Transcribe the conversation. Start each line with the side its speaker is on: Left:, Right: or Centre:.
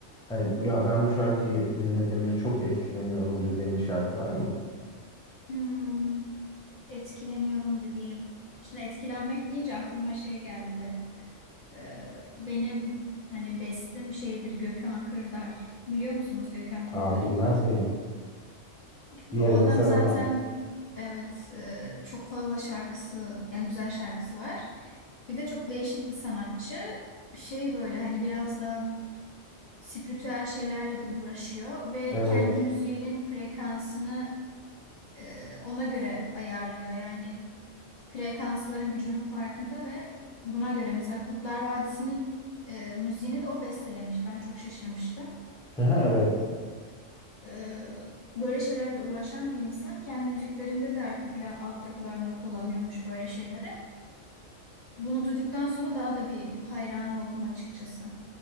Centre: Hani ya ben bu şarkıyı dinlediğimde çok etkileniyorum dediğin bir şarkı var mı?
Left: Hmm, etkileniyorum dediğim. Şimdi etkilenmek deyince aklıma şey geldi. Ee, benim hani bestim şeydir Gökhan Kırdar. Biliyor musunuz Gökhan Kırdar'ı?
Centre: Aa bilmez miyim?
Left: Bu
Centre: Yerine
Left: adam
Centre: sevemem.
Left: zaten evet e, çok fazla şarkısı yani güzel şarkısı var. Bir de çok değişik bir sanatçı. Şey böyle hani biraz da spiritüel şeylerle de uğraşıyor ve
Centre: Evet.
Left: kendi müziğinin frekansını e, ona göre ayarlıyor. Yani frekansların gücünün farkında ve buna göre mesela Kurtlar Vadisi'nin e, müziğini de o bestelemiş. Ben çok şaşırmıştım.
Centre: Aha, evet.
Left: Ee, böyle şeylerle uğraşan bir insan kendi müziklerinde de arka plan altyapılarına kullanıyormuş böyle şeyleri. Bunu duyduktan sonra daha da bir hayran oldum açıkçası.